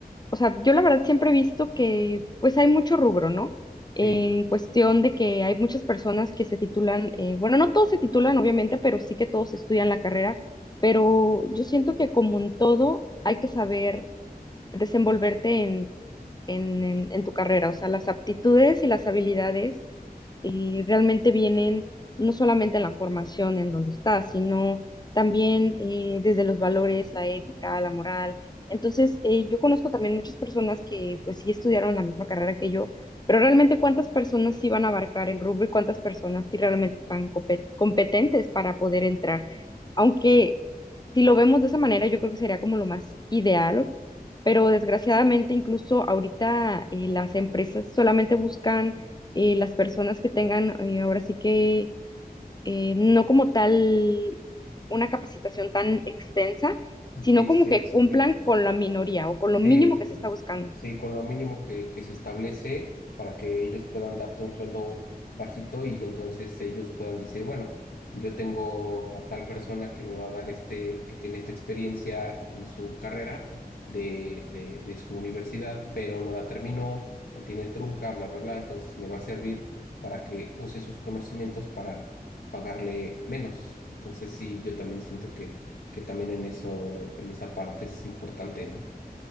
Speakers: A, on the left; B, on the left.
A: o sea, yo la verdad siempre he visto que pues hay mucho rubro, ¿no? En
B: Sí,
A: cuestión de que hay muchas personas que se titulan, eh, bueno, no todos se titulan, obviamente, pero sí que todos estudian la carrera, pero yo siento que como en todo hay que saber desenvolverte en, en, en en tu carrera, o sea, las aptitudes y las habilidades eh, realmente vienen no solamente en la formación en donde estás, sino también eh, desde los valores, la ética, la moral. Entonces, eh, yo conozco también muchas personas que pues sí estudiaron la misma carrera que yo, pero realmente cuántas personas sí van a abarcar el rubro y cuántas personas sí realmente están compet- competentes para poder entrar. Aunque si lo vemos de esa manera, yo creo que sería como lo más ideal, pero desgraciadamente incluso ahorita eh, las empresas solamente buscan eh, las personas que tengan, eh, ahora sí que eh, no como tal una capacitación tan extensa, sino
B: sí,
A: como
B: sí,
A: que cumplan
B: sí,
A: con la minoría o con
B: sí,
A: lo mínimo que se está buscando.
B: Sí, con lo mínimo que, que se establece para que ellos puedan darte un sueldo bajito y entonces ellos puedan decir, bueno, yo tengo a tal persona que me va a dar este, que tiene esta experiencia en su carrera de, de, de su universidad, pero no la terminó, la tiene trunca, bla, bla, bla, entonces me va a servir para que use sus conocimientos para pagarle menos. Entonces sí, yo también siento que, que también en eso, en esa parte es importante, ¿no?